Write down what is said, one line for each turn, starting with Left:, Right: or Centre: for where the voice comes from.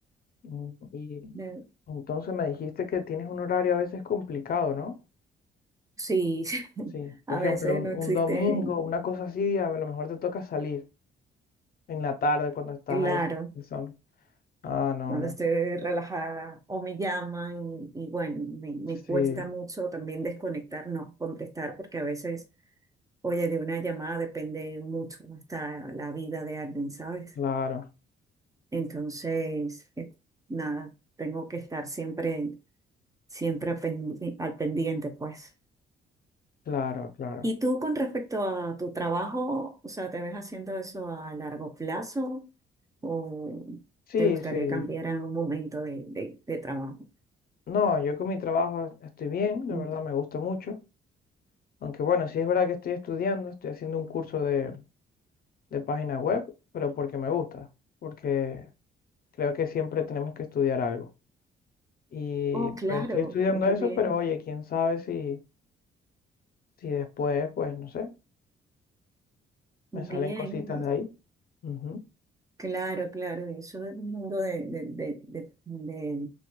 Left: Mm, Y
Right: De-
Left: entonces me dijiste que tienes un horario a veces complicado, ¿no?
Right: sí, <laughs>
Left: Sí, por
Right: a
Left: ejemplo,
Right: veces
Left: un,
Right: no
Left: un
Right: existen,
Left: domingo, una cosa así, a lo mejor te toca salir en la tarde cuando estás
Right: claro,
Left: ahí. el sol. Ah, no,
Right: cuando
Left: no.
Right: estoy relajada o me llaman y, y bueno, me, me cuesta
Left: Sí,
Right: mucho también desconectar, no contestar, porque a veces, oye, de una llamada depende mucho hasta la vida de alguien, ¿sabes?
Left: claro,
Right: Entonces, eh, nada, tengo que estar siempre, siempre al pendi- al pendiente, pues.
Left: claro, claro.
Right: ¿Y tú con respecto a tu trabajo, o sea, te ves haciendo eso a largo plazo o
Left: Sí,
Right: te gustaría
Left: sí.
Right: cambiar en algún momento de, de- de trabajo?
Left: No, yo con mi trabajo estoy bien, la
Right: Mm.
Left: verdad me gusta mucho. Aunque bueno, sí es verdad que estoy estudiando, estoy haciendo un curso de, de página web, pero porque me gusta, porque creo que siempre tenemos que estudiar algo. Y
Right: Oh, claro,
Left: pues estoy estudiando
Right: qué
Left: eso,
Right: bien,
Left: pero oye, quién sabe si, si después, pues no sé.
Right: bien.
Left: Me salen cositas de ahí. Ujú,
Right: Claro, claro, y eso del mundo de, de, de, de-